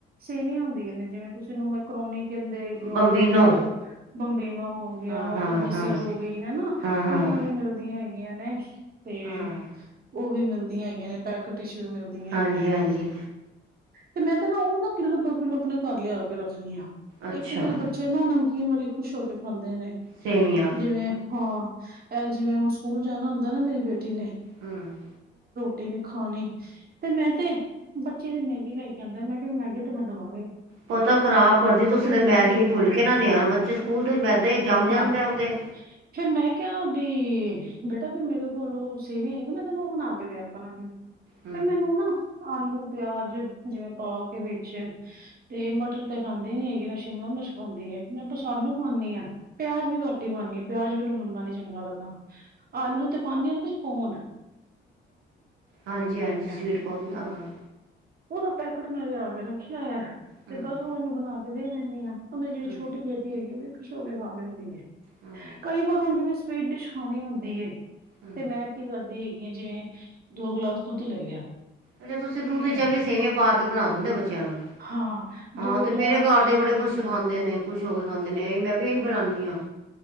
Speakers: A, on the right; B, on the right.
A: ਸੇਵੀਆਂ ਹੁੰਦੀਆਂ ਨੇ ਜਿਵੇਂ ਤੁਸੀਂ ਜਿਹਨੂੰ ਮਕਰੋਨੀ ਕਹਿੰਦੇ ਹੈਗੇ ਉਹ
B: ਬੰਬੀਨੋ
A: ਵਰਮ ਬੰਬ ਬੰਬਿਨੋ ਨ ਹੋ ਗਿਆ
B: ਹਾਂ ਹਾਂ
A: ਬਨਮਸਿਲ
B: ਹਾਂ
A: ਹੋ ਗਈ ਹਨਾ
B: ਹਾਂ ਹਾਂ
A: ਫੁਲੀਆਂ ਵੀ ਮਿਲਦੀਆਂ ਨਿਆਣੇ ਏ
B: ਹਾਂ
A: ਉਹ ਵੀ ਮਿਲਦੀਆਂ ਹੈਗੀਆਂ ਨੇ ਪੈਕਿਟ ਵਿਚ ਮਿਲਦੀਆਂ ਹੈਗੀਆਂ
B: ਹਾਂਜੀ
A: ਨੇ
B: ਹਾਂਜੀ
A: ਤੇ ਮੈਂ ਤਾਂ ਓ ਕਿਲੋ ਦੋ ਕਿਲੋ ਆਪਣੇ ਘਰ ਲਿਆ ਕੇ ਰੱਖਣੀ ਆ
B: ਅੱਛਾ
A: ਇੱਕ ਮੇਰੇ ਬੱਚੇ ਨੂੰ ਨਮਕ ਕ੍ਰੀਮ ਵਾਲੀ ਖੁਸ਼ ਹੋ ਕੇ ਖਾਂਦੇ ਨੇ
B: ਸੇਵੀਆਂ
A: ਜਿਵੇਂ ਹਾਂ ਐ ਜਿਵੇਂ ਹੁਣ ਬੱਚੇ ਸਕੂਲ, ਜਾਣਾ ਹੁੰਦਾ ਨਾ ਮੇਰੀ ਬੇਟੀ ਨੇ,
B: ਹਮ
A: ਟੀ ਨੀ ਖਾਣੀ ਤੇ ਮੈਂ ਤੇ ਬੱਚੇ ਤੇ ਮੈਗੀ ਲੈ ਕੇ ਆਂਦੇ ਨੇ ਮੈਂ ਕਹਿ ਮੈਗੀ ਤੇ ਮੈਂ ਦਵਾ
B: ਪਤਾ ਖਰਾਬ ਕਰਦੀ ਤੁਸੀਂ ਤੇ
A: ਜਾਂਦੇ
B: ਮੈਗੀ ਭੁੱਲ ਕੇ ਨਾ ਦੇਆ ਨਾ ਬੱਚੇ ਸਕੂਲ ਤੇ ਮੈਦੇ ਜੰਮ ਜਾਂਦਾ
A: ਹਾਂ
B: ਉਹ ਤੇ,
A: ਫੇਰ ਮੈਂ ਕਿਹਾ ਵੀ ਬੇਟਾ ਵੀ ਮੇਰੇ ਕੋਲ ਸੇਵੀਆਂ ਐ, ਮੈਂ ਤੈਨੂੰ ਉਹ ਬਣਾ ਕੇ ਦਿਆ ਕਰਾਂਗੀ
B: ਹਮ
A: ਫਿਰ ਮੈਨੂੰ ਨਾ ਆਲੂ ਪਿਆਜ ਜਿਵੇਂ ਪਾ ਕੇ ਵਿੱਚ ਤੇ ਮਟਰ ਤੇ ਖਾਂਦੇ ਨੀ ਹੈਗੇ ਨਾ ਸ਼ਿਮਲਾ ਮਿਰਚ ਖਾਂਦੀ ਹੈ, ਮੈਂ ਬਸ ਆਲੂ ਪਾਦੀ ਆਂ ਪਿਆਜ ਵੀ ਘੱਟ ਹੀ ਪਾਦੀ ਆ ਪਿਆਜ ਮੈਨੂੰ ਲੰਬਾ ਨੀ ਚੰਗਾ ਲੱਗਦਾ ਆਲੂ ਤੇ ਪਾਦੀ ਉਹਦੇ ਵਿੱਚ ਕੋਣ
B: ਹਾਂਜੀ-ਹਾਂਜੀ,
A: ਹੈਗਾ
B: ਸਵੀਟ ਕੋਰਨ ਦਾ ਹਾਂ।
A: ਉਹਦਾ ਪੈਕੇਟ ਮੈਂ ਲਿਆ ਕੇ ਰੱਖਿਆ ਹੋਇਆ। ਤੇ
B: ਹਮ
A: ਬਸ ਉਹ ਇਹਨੂੰ ਬਣਾ ਕੇ, ਤੇ ਦੇ ਦਿੰਨੀ ਆਂ। ਉਹ ਮੇਰੀ ਜਿਹੜੀ
B: ਹਮ
A: ਛੋਟੀ ਬੇਟੀ ਹੈਗੀ ਔ ਵੀ ਇਕ ਪਿਛੋ ਵੀ ਖਾ ਲੈਂਦੀ ਏ,
B: ਹਾਂ
A: ਕਈ ਵਾਰ ਹੁਣ ਜਿਵੇਂ ਸਵੀਟ ਡਿਸ਼ ਖਾਣੀ ਹੁੰਦੀ ਏ,
B: ਹਮ
A: ਤੇ ਮੈਂ ਕੀ ਕਰਦੀ, ਜਿਵੇਂ ਦੋ ਗਲਾਸ ਦੁੱਧ ਲੈ ਲਿਆ।
B: ਅੱਛਾ ਤੁਸੀਂ ਦੂੱਧ ਚ ਏ ਵਾਲੀ ਸੇਵੀਆਂ ਪਾ ਕੇ ਬਣਾ ਦਿੰਦੇ ਹੋ ਬੱਚਿਆਂ ਨੂੰ ਨੂੰ
A: ਹਾਂ
B: ਹਾਂ ਤੇ
A: ਗਲਾਸ
B: ਮੇਰੇ ਘਰ ਦੇ ਬੜੇ ਖੁਸ਼ ਖਾਂਦੇ ਨੇ, ਖੁਸ਼ ਹੋ ਗਿਆ। ਖਾਂਦੇ ਨੇ ਮੈਂ ਵੀ ਇਹੀ ਬਣਾਨੀ ਆਂ।